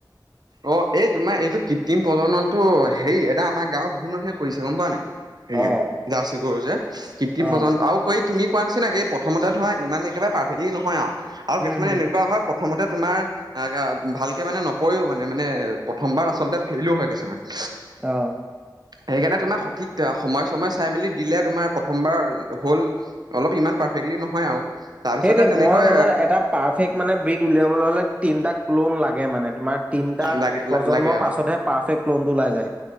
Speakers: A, on the right; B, on the right.
A: অ এই তোমাৰ এইটো কৃত্ৰিম প্ৰজননটো হেৰি এটা আমাৰ গাঁওৰ বহুত মানুহে কৰিছে গম পোৱা নাই হেৰিয়
B: অ
A: জাৰ্চি গৰু যে আকৌ জাৰ্চি গৰু যে কৃত্ৰিম
B: অ
A: পৰ্যন্ত আৰু ক এইত তুমি কোৱা নিচিনা একে প্ৰথমতে ধৰা ইমান একেবাৰে পাৰফেক্টি নহয় আৰু আৰু
B: উম
A: কিছুমানে
B: হম
A: এনেকুৱা হয় প্ৰথমতে তোমাৰ আ গা ভালকে মানে নপৰেও মা নাই মানে প্ৰথমবাৰ আচলতে ফেইলো হয় কিছুমান।
B: অ
A: সেইকাৰণে তোমাৰ সঠিক সময় ছময় চাই মেলি দিলে তোমাৰ প্ৰথমবাৰ হ'ল অলপ ইমান পাৰফেক্টলি নহয় আৰু। তাৰপিছতে
B: সেইটোৱে
A: তেনেকৈ
B: মই জনা এটা পাৰফেক্ট মানে ব্ৰীড উলিয়াবলৈ হ'লে তিনটা ক্লোন লাগে মানে তোমাৰ তিনিটা
A: লাগে
B: প্ৰজন্মৰ
A: লাগে আৰু
B: পাছতহে পাৰ্ফেক্ট ক্লোনটো ওলাই যায়।